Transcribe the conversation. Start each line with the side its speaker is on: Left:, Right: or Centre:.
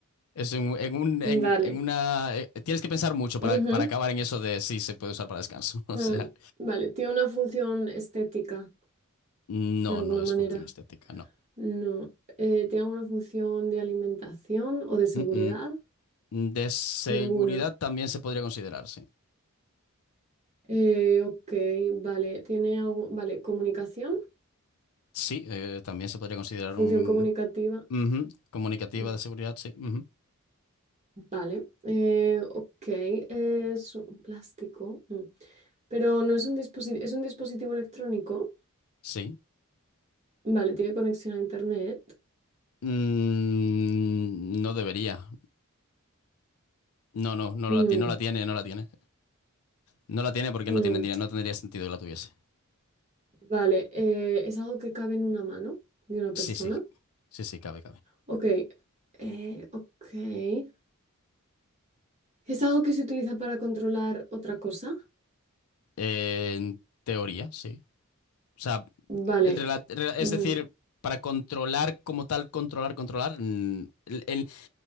Left: es en, en un,
Right: Vale.
Left: en, en una... eh, tienes que pensar mucho para,
Right: Ujú,
Left: para acabar en eso de si se puede usar para descanso. <laughs> O
Right: mm.
Left: sea,
Right: Vale, ¿tiene una función estética?
Left: no,
Right: de alguna
Left: no es
Right: manera.
Left: función estética, no.
Right: No. Eh, ¿tiene alguna función de alimentación o de seguridad?
Left: Mm, mm. De seguridad
Right: Ninguna.
Left: también se podría considerar, sí.
Right: Eh, ok, vale. ¿Tiene algo? Vale, comunicación,
Left: Sí, eh, también se podría considerar
Right: función
Left: un...
Right: comunicativa.
Left: ujú, Comunicativa
Right: Mm,
Left: de seguridad, sí. ujú,
Right: Vale. Eh, ok, es un plástico. mm. Pero no es un dispositivo, es un dispositivo electrónico.
Left: Sí.
Right: Vale, tiene conexión a internet.
Left: Mm, no debería. No, no, no
Right: Mm,
Left: la, ti- no la tiene, no la tiene. No la tiene porque
Right: mm.
Left: no tiene, dinero, no tendría sentido que la tuviese.
Right: Vale, eh, es algo que cabe en una mano de una
Left: Sí,
Right: persona.
Left: sí, sí, sí, cabe, cabe.
Right: Ok, eh, ok. ¿Es algo que se utiliza para controlar otra cosa?
Left: Eh, en teoría, sí. O sea,
Right: Vale.
Left: el rela-
Right: eh,
Left: rela- es
Right: mm,
Left: decir, para controlar como tal, controlar, controlar, mm, el- el-